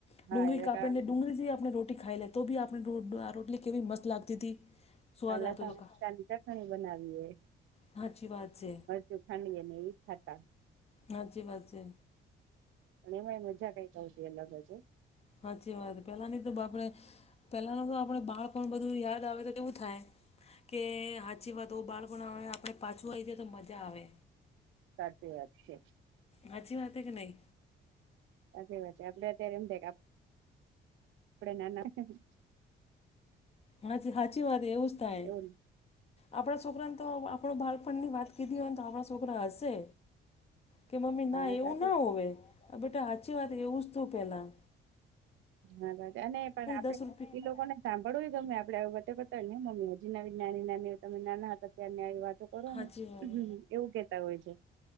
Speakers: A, on the left (about 30°); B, on the right (about 80°).
A: ડુંગળી
B: હા એટલે
A: કાપીને
B: કાલ
A: ડુંગળથી આપણે રોટી ખાઈ લે તો બી આપણે રોટલી કેવી મસ્ત લાગતી હતી. સ્વાદ
B: કા લસણ
A: આવતો હતો
B: ની
A: કા
B: ચટણી બનાવીએ.
A: સાચી વાત છે
B: જો ખાંડી અને એ ખાતા.
A: હાચી વાત છે.
B: પણ એમાં એ મજા કઈ ક આવશે અલગ જ.
A: સાચી વાત પેલા ની તો આપડે પેલાનું તો આપડે બાળપણ બધું યાદ આવે તો કેવું થાય? કે સાચી વાત ઓ બાળપણ બનાવે આપડે પાછું આવી જાય તો મજા આવે.
B: સાચી વાત છે.
A: હાછી વાત કે નહી?
B: સાચી વાત છે આપડે અત્યારે એમ થાય કે આપણે નાના <inaudible>
A: હ સાચી વાત એવું જ થાય.
B: એવું
A: આપણા, છોકરા તો આપણ બાળપણ ની વાત કીધી હોય તો આપણા છોકરા હશે. કે મમ્મી
B: હા
A: ના એવું
B: સાચું
A: ના હોવે, બેટા સાચી વાત એવું જ તું પહેલા.
B: હા અને પણ આપડે
A: દસ રૂપિયા
B: ઈ લોકો ને સાંભળવુંય ગમે આપડે વાતો કરતાય ને મમ્મી હજી નાની નાની તમે નાના હતા ત્યારે આવી વાતો છોડો
A: સાચી
B: ને
A: વાત
B: એવું કહેતા હોય છે.